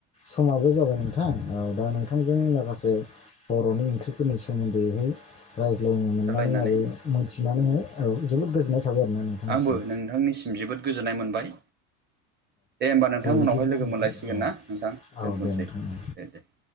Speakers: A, on the left (about 15°); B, on the right (about 25°).
A: समाबो जाबाय नोंथां औ दा नोंथांजों माखासे बर'नि ओंख्रिफोरनि सोमोन्दैहाय रायज्लायनो मोननानै
B: रायलायनानै
A: आरो मोनथिनानैहाय औ जोबोद गोजोननाय थाबाय आरोना नोंथांनिसिम
B: आंबो नोंथांनिसिम जोबोद गोजोननाय मोनबाय। दे होमबा नोंथां
A: बिदिब्ला
B: उनावहाय लोगो
A: नोंथां
B: मोनलायसिगोन
A: औ
B: ना नोंथां दोनथ'सै
A: औ दे नोंथां
B: दे
A: औ
B: दे <inaudible>